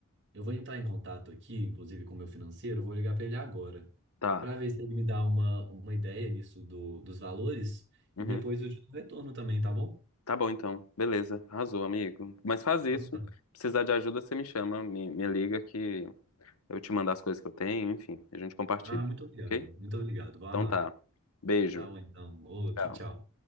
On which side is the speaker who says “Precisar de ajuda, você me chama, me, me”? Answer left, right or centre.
Left